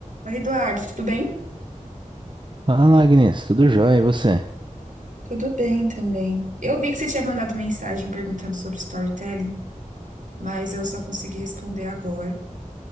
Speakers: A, on the right (about 70°); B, on the right (about 35°).
A: Oi, Eduardo, tudo bem?
B: Fala, Agnes, tudo jóia, e você?
A: Tudo bem também. Eu vi que você tinha mandado mensagem perguntando sobre storytelling, mas eu só consegui responder agora.